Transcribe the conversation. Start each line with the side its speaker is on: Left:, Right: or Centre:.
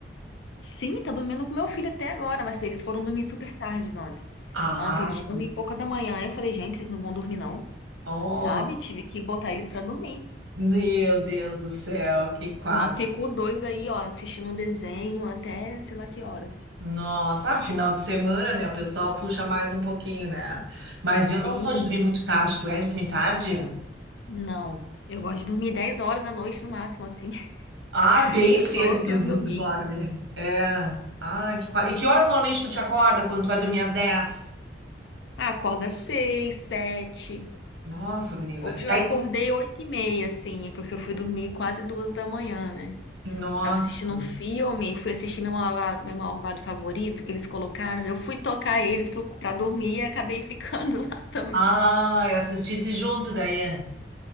Left: Sim, tá dormindo com meu filho até agora, mas eles foram dormir super tardes ontem.
Right: Ai,
Left: Ontem, eu ti- uma e pouca da manhã, eu falei, gente, vocês não vão dormir não,
Right: Nossa,
Left: sabe? Tive que botar eles pra dormir.
Right: meu Deus do céu, que quadro.
Left: Senão ficam os dois aí, ó, assistindo desenho até sei lá que horas.
Right: Nossa, ah, final de semana, né? O pessoal puxa mais um pouquinho, né? Mas
Left: Sim,
Right: eu não sou de dormir muito tarde, tu é de dormir tarde?
Left: não. Eu gosto de dormir dez horas da noite no máximo, assim.
Right: Ah,
Left: <laughs>
Right: bem
Left: Já
Right: cedo,
Left: tô
Right: inclusive,
Left: querendo dormir.
Right: tu dorme. É. Ah, que quadro. E que horas normalmente tu te acorda quando tu vai dormir às 10?
Left: Ah, acorda seis, sete.
Right: Nossa, menina.
Left: Hoje eu
Right: E aí,
Left: acordei oito e meia, assim, porque eu fui dormir quase duas da manhã, né?
Right: nossa.
Left: Tava assistindo um filme, fui assistir meu malvado, meu malvado favorito que eles colocaram. Eu fui tocar eles pro, pra dormir e acabei ficando <laughs> lá também.
Right: Ah, assistisse junto, Daiane.